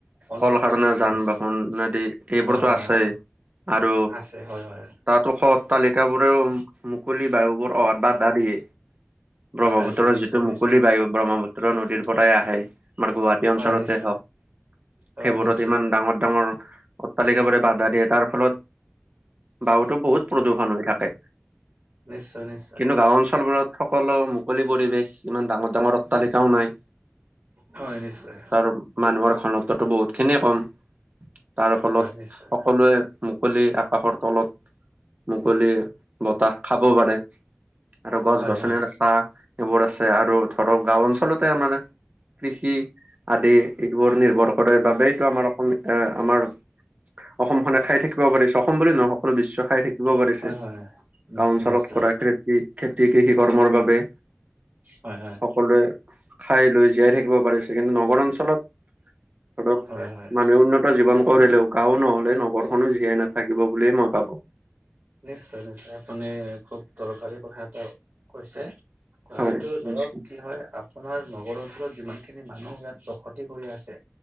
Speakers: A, on the right; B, on the right.
A: ঘনত্ব
B: কলসাধনা
A: বহুত
B: যান
A: বেছি
B: বাহন আদি এইবোৰতো
A: যান
B: আছে
A: বাহন
B: আৰু
A: আছে হয় হয়
B: তাত উশ অট্টালিকাবোৰেও মুকলি বায়ুবোৰ অহাত বাধা দিয়ে প্ৰভৱতী
A: বাধা
B: উত্তৰ
A: দিয়ে নিশ্চয়
B: যিটো মুকলি
A: নিশ্চয়
B: বায়ু ব্ৰহ্মপুত্ৰ নদীৰ পৰাই আহে আমাৰ গুৱাহাটী অঞ্চলতে
A: হয় নিশ্চয়
B: হওক।
A: হয়
B: সেইবোৰত
A: নিশ্চয়
B: ইমান ডাঙৰ ডাঙৰ অট্টালিকাবোৰে বাধা দিয়ে তাৰ ফলত গাঁওতো বহুত প্ৰদূৰষণ হৈ থাকে
A: নিশ্চয় নিশ্চয়
B: কিন্তু গাঁও অঞ্চলবোৰত সকলো মুকলি পৰিৱেশ ইমান ডাঙৰ ডাঙৰ অট্তালিকাও নাই
A: হয় নিশ্চয়
B: তাৰ মানুহৰ ঘণত্বটো বহুত খিনিয়ে কম তাৰ ফলত
A: হয় নিশ্চয়
B: সকলোৱে মুকলি আকাশৰ তলত মুকলি বতাহ খাব পাৰে। আৰু গছ
A: হয়
B: গছনিৰ
A: হয়
B: চাহ এইবোৰ আছে আৰু ধৰক গাও অঞ্চলতে মানে কৃষি আদি এবোৰ নিৰ্ভৰ কৰে বাবেইতো আমাৰ অসম এ আমাৰ অসম খনে খাই থাকিব পাৰিছো অসম বুলি নহয় সকলো বিশ্ব খাই থাকি কৰিব পাৰিছে
A: হয় হয় নিশ্চয়
B: গাওঁ অঞ্চলত
A: নিশ্চয়
B: কৰা খেতি খেতি কৃষি কৰ্মৰ বাবে।
A: হয় হয়
B: সকলোৱে খাই লৈ জীয়াই থাকিব পাৰিছে কিন্তু নগৰ অঞ্চলত ধৰক
A: হয় হয়
B: মানুহ উন্নত জীৱন কৰিলেও গাওঁ নহলে নগৰ কোনো জীয়াই নাথাকিব বুলিয়ে মই ভাবো।
A: নিশ্চয় - নিশ্চয় আপুনি খুব দৰকাৰী কথা এটা কৈছে। অ',
B: হয়।
A: এইটো ধৰক
B: নিশ্চয়
A: কি হয় আ আপোনাৰ নগৰ অঞ্চলত যিমান খিনি মানুহ ইয়াত বসতি কৰি আছে